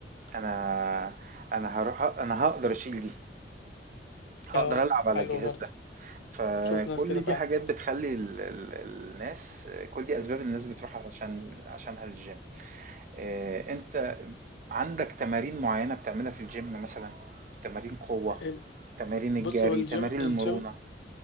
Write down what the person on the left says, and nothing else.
اه
حلو
برضه
بشوف ناس كده فعلا
إيه،
بص هو الجيم
الجيم